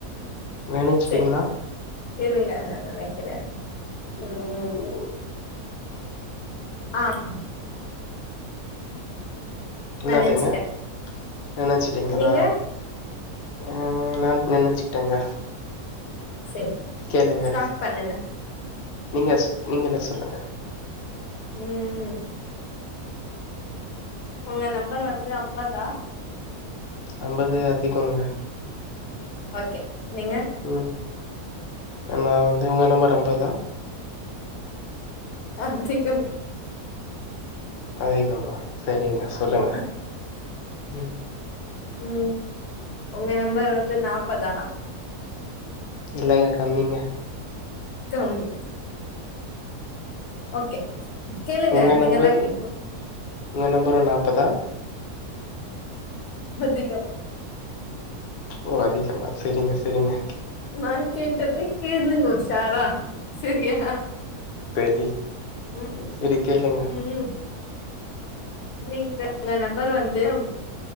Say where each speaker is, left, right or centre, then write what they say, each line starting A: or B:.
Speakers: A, on the left; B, on the left.
A: நெனச்சுட்டீங்களா
B: செரி இருங்க நா நெனைக்கிறே
A: ம்.
B: உ உ உ ஆம்
A: இன்னார்டிங்க
B: நெனச்சிட்டே
A: நெனச்சுட்டீங்களா
B: நீங்க
A: ஆ நா நெனச்சுட்டேங்க
B: செரி
A: கேளுங்க
B: ஸ்டார்ட் பண்ணுங்க
A: நீங்க நீங்களே சொல்லுங்க
B: ம் உங்க நம்பர் வந்து அம்பதா
A: அம்பது அதிகோங்க
B: ஓகே நீங்க
A: ம் நா வந்து ஒங்க நம்பர் அம்பதா
B: அதிகம்
A: அதிகமா சரிங்க சொல்லுங்க
B: ஆமா
A: ம்
B: ம் உங்க நம்பர் வந்து நாப்பதா
A: இல்லங்க கம்மிங்க
B: கம்மி ஓகே கேளுங்க
A: உங்க
B: நீங்க
A: நம்பர்
B: தா கேக்கணு
A: உங்க நம்பர் நாப்பதா
B: அதிகம்
A: ஓ அதிகமா செரிங்க செரிங்க
B: நா கேட்டதே கேளுங்க உஷாரா செரியா
A: சரி
B: ம்
A: சரி கேளுங்க
B: ம் நீங்க உங்க நம்பர் வந்து